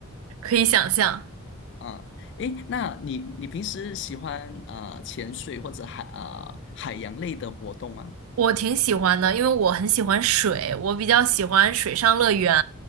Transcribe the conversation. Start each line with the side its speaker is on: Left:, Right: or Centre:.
Right: 可以想象。
Left: 啊。诶，那你你平时喜欢啊、潜水或者海啊、海洋类的活动吗？
Right: 我挺喜欢的，因为我很喜欢水，我比较喜欢水上乐园，